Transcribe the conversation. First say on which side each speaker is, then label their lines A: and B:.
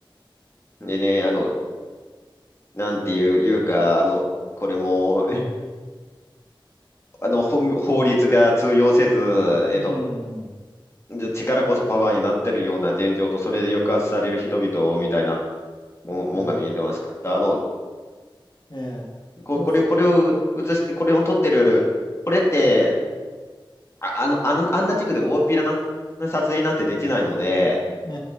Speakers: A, on the left; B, on the left.
A: う、でね、あの、なんていう、いうか、あの、これも、<laughs> えあの、ほん法律が通用せず、えっと、
B: うん。
A: じ力こそパワーになってるような現状と、それで抑圧される人々みたいなもんもんが見えてました。
B: うん。
A: あの、
B: えー、
A: こ、
B: えつ、
A: これ、これを映して、これを撮ってるより、これって、あ、あの、あの、あんな地区で大っぴらな、な撮影なんてできないので、
B: え